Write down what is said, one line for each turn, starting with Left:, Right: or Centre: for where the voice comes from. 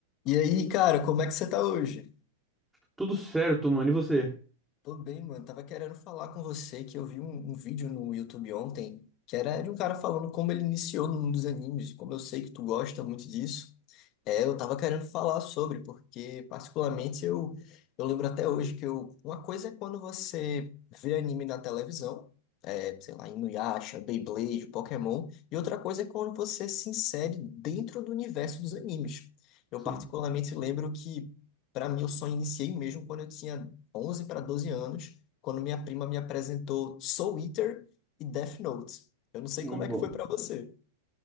Left: E aí, cara, como é que você tá hoje?
Centre: Tudo certo, mano. E você?
Left: Tô bem, mano. Tava querendo falar com você que eu vi um, um vídeo no YouTube ontem que era de um cara falando como ele iniciou no mundo dos animes. Como eu sei que tu gosta muito disso, é, eu tava querendo falar sobre, porque particularmente eu, eu lembro até hoje que eu, uma coisa é quando você vê anime na televisão, é, sei lá, Inuyasha, Beyblade, Pokémon, e outra coisa é quando você se insere dentro do universo dos animes. Eu
Centre: Sim.
Left: particularmente lembro que para mim, eu só iniciei mesmo quando eu tinha Onze para doze anos, quando minha prima me apresentou Soul Eater e Death Note. Eu não sei
Centre: Muito
Left: como é
Centre: bom.
Left: que foi para você.